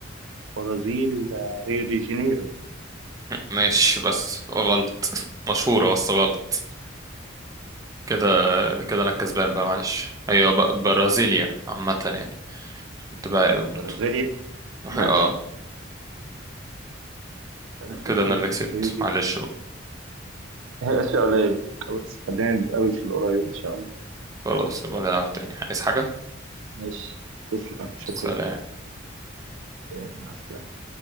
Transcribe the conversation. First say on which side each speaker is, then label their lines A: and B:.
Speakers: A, on the right; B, on the right.
A: البرازيل آه، ريو دي جانيرو
B: ماشي بس غلط <laughs> مشهورة بس غلط كده
A: آه
B: كده انا الكسبان بقى معلش هي ب- برازيليا عامة يعني انت بقى عارف برضه
A: برازيليا
B: <laughs>
A: ماشي
B: اه
A: أنا فاكر
B: كده انا اللي
A: يعني
B: كسبت
A: هي دي
B: معلش بقى
A: هي أشياء قليلة خلاص خلينا نتقابل في القريب إن شاء الله
B: خلاص نبقى نلعب تاني عايز حاجة
A: ماشي تسلم شكرا
B: سلام
A: سلام. مع السلامة